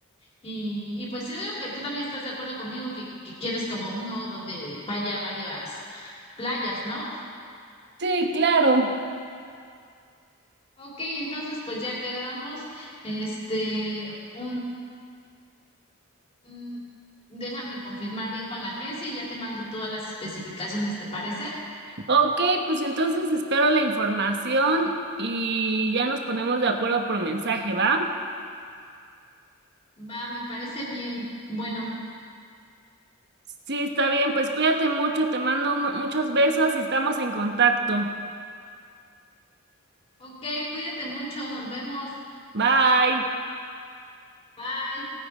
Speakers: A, on the left; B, on the right.
A: Y, y pues yo digo que tú también estás de acuerdo conmigo que, que quieres como uno donde vaya varias playas, ¿no?
B: Sí, claro.
A: Ok, entonces pues ya quedamos, este, un, un- déjame confirmar bien con la agencia y ya te mando todas las especificaciones, ¿te parece?
B: Ok, pues entonces espero la información y ya nos ponemos de acuerdo por mensaje, ¿va?
A: Va, me parece bien. Bueno,
B: Sí, está bien, pues cuídate mucho, te mando uno- muchos besos y estamos en contacto.
A: ok, cuídate mucho, nos vemos.
B: Bye.
A: Bye.